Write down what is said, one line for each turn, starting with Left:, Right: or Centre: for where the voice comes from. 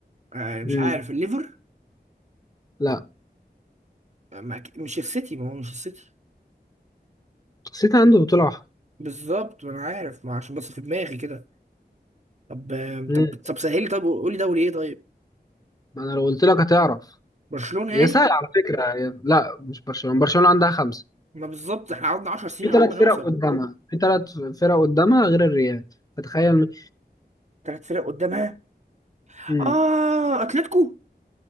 Right: آه مش
Left: امم
Right: عارف الليفر
Left: لا
Right: آه ما أكيد- مش السيتي ما هو مش السيتي
Left: سيتي عنده بطولة واحدة
Right: بالظبط ما انا عارف ما عشان بس في دماغي كده طب آه،
Left: امم
Right: طب طب سهلي طب قولي دوري ايه طيب
Left: ما انا لو قلت لك هتعرف
Right: برشلونة يعني
Left: هي سهلة على فكرة هي... لا مش برشلونة برشلونة عندها خمسة
Right: ما بالظبط احنا قعدنا 10 سنين
Left: في ثلاث
Right: عقبال ما نوصل
Left: فرق قدامها في ثلاث فرق قدامها غير الريال فتخيل
Right: ثلاث فرق قدامها
Left: امم
Right: اه اتلتيكو